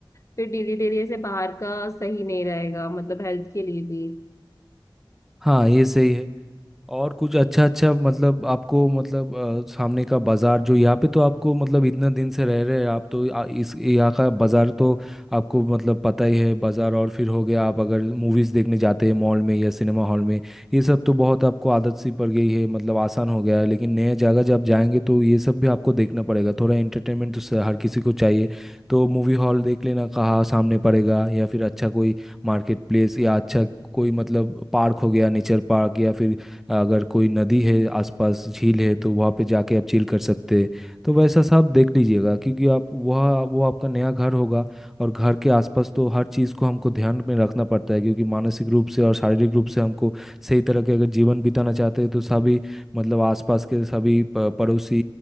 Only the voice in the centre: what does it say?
हाँ ये सही है और कुछ अच्छा अच्छा मतलब आपको मतलब अ, सामने का बाजार जो यहाँ पे तो आपको मतलब इतना दिन से रह रहे हैं आप तो आ- इस यहाँ का बाजार तो आपको मतलब पता ही है बाजार और फिर हो गया आप अगर मूवीज देखने जाते हैं मॉल में या सिनेमा हॉल में ये सब तो बहुत आपको आदत सी पड़ गई है मतलब आसान हो गया है लेकिन नए जगह जब जाएंगे तो ये सब भी आपको देखना पड़ेगा थोड़ा एंटरटेनमेंट तो स- हर किसी को चाहिए तो मूवी हॉल देख लेना कहाँ सामने पड़ेगा या फिर अच्छा कोई मार्केट प्लेस या अच्छा कोई मतलब पार्क हो गया नेचर पार्क या फिर अगर कोई नदी है आसपास झील है तो वहाँ पे जाके आप चिल कर सकते हैं तो वैसा सब देख लीजिएगा क्योंकि आप वह वो आपका नया घर होगा और घर के आसपास तो हर चीज़ को हमको ध्यान में रखना पड़ता है क्योंकि मानसिक रूप से और शारीरिक रूप से हमको सही तरह के अगर जीवन बिताना चाहते हैं तो सभी मतलब आसपास के सभी प- पड़ोसी